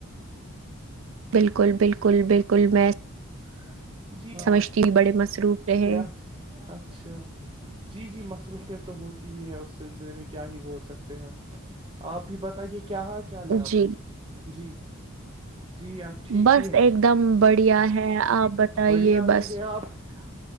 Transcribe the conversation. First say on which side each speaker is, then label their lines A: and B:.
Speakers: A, on the right; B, on the right.
A: بالکل بالکل بالکل میں
B: <inaudible> جی ہاں
A: سمجھتی ہوں بڑے مصروف رہے
B: کیا اچھا جی جی مصروف کے تو ہوتی ہی ہے اس سلسلے میں کیا ہی بول سکتے ہیں ہم آپ ہی بتائیے کیا چالیں آپ
A: جی
B: کے جی جی آپ ٹھیک
A: بس
B: ہی ہیں
A: ایک دم بڑھیا ہے آپ بتائیے
B: بڑھیا
A: بس
B: <inaudible>